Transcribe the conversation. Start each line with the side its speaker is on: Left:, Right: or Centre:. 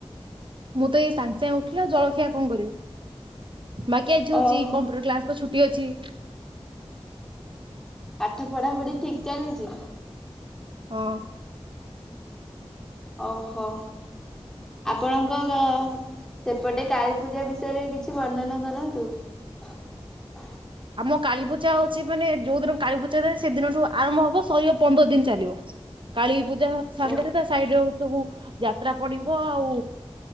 Right: ମୁଁ ତ ଏଇ ସାଙ୍ଗେ ସାଙ୍ଗେ ଉଠିଲି ଆଉ ଜଳଖିଆ କଣ କରିବି। ବାକି ଆଜି ହଉଛି
Centre: ଓହୋ।
Right: Computer class. ତ ଛୁଟି ଅଛି।
Centre: ପାଠ ପଢା ପଢି ଠିକ ଚାଲିଛି।
Right: ହଁ।
Centre: ଓହୋ ଆପଣଙ୍କ ଗା ସେପଟେ। କାଳୀପୂଜା
Right: ହଁ।
Centre: ବିଷୟରେ କିଛି ବର୍ଣ୍ଣନା କରନ୍ତୁ। ତୁ।
Right: ଆମ କାଳୀପୂଜା ହଉଛି ମାନେ ଯୋଉ ଦିନ କାଳୀପୂଜା ଥାଏ ସେଦିନଠୁ ଆରମ୍ଭ ହବ ଶରିବ ପନ୍ଦର ଦିନ ଚାଲିବ କାଳୀ। ପୂଜା ସାଙ୍ଗରେ
Centre: ଓ
Right: ତା ସାଇଡ ରେ ହଉଛି ସବୁ ଜା ଯତ୍ରା ପଡିବ ଆଉ